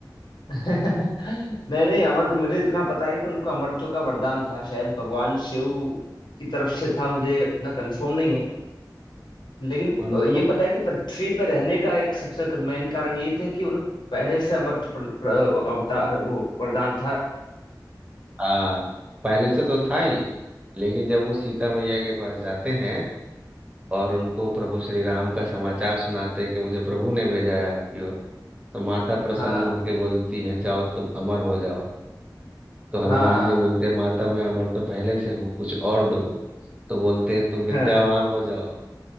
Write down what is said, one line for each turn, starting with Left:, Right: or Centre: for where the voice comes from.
Left: <laughs> नहीं नहीं अमर मुझे इतना पता है कि उनको अमरत्व का वरदान था शायद भगवान शिव की तरफ से था मुझे इतना कंफर्म नहीं है लेकिन
Right: उनको
Left: अ, ये पता है कि पृथ्वी पर रहने का एक सबसे मेन कारण यही था कि उन्हें पहले से अमरत्व प्र- प्र- अवतार वो वरदान था
Right: आ, पहले से तो था ही लेकिन जब वो सीता मैया के पास जाते हैं और उनको प्रभु श्री राम का समाचार सुनाते हैं कि मुझे प्रभु ने भेजा है आपकी ओर तो माता प्रसन्न
Left: हाँ
Right: होकर बोलती है जाओ तुम अमर हो जाओ तो हनुमान
Left: हाँ
Right: जी बोलते हैं माता मैं अमर तो पहले से हूँ कुछ और दो तो बोलते हैं तुम विद्यावान
Left: हाँ
Right: हो जाओ